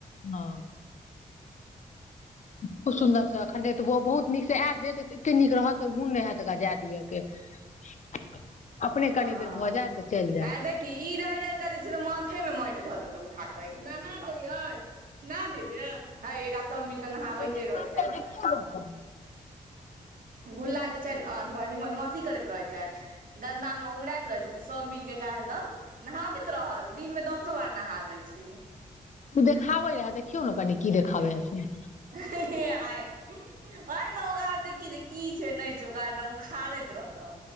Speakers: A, on the left; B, on the right.
A: हाँ बहुत सुन्दर छै एखन एतबो बहुत नीक से आयत जे एते नीक रहत तऽ मन नहि हाएत ओकरा जाऽ दिअ के अपने
B: हाँ
A: कनी देर भऽ जायत चलि जायत
B: आ देखीहिं ई रहि रहिक जे छै माथेमे मांटि घऽ तऽ उठा कऽ नहा दियै नहा दियै गे हेय राख- सब मिलकऽ नहाबैते
A: ओ देखाबै
B: रहै छै एकदम
A: देखियौ ने अपन
B: भुल्ला जे छै न बड़ी बदमाशी करैत रहैत छै गन्दामे उघंराइत रहै छै तऽ सब मिलके ऐकरा हरदम नहाबैत रहै छै दिनमे दसो बार नहा दै छै
A: उ देखाबै या देखियौ ने कनि से की देखाबैया से
B: हँ-हँ-हीं-आइ भैर दिन उखाड़ै की छै नहि छै ओकरा एकदम उखाड़ैत रहतऽ